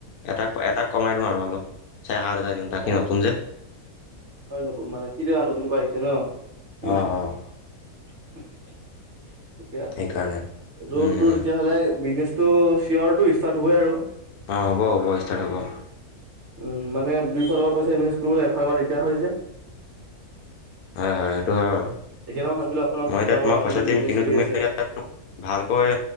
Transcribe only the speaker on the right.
অ
হয় নতুন মানে কিতা নতুন কৰা আহিছে ন। <unintelligible>
থিকে আছে
বাৰু। এইটো
তোৰ
তেতিয়াহ'লে বিজনেচটো চিয়ৰটো ষ্টাৰ্ট হ'বই আৰু।
উম' মানে দুইফালৰ পৰা পইচা ইনভেষ্ট কৰিবলৈ এফালৰ পৰা দিগদাৰ হয় যে।
সেইকাৰণে মই ভাবিলো আপোনাৰ ফোন
এটা কৰো,
আপুনি
বিজনেছ
কৰি
আছে।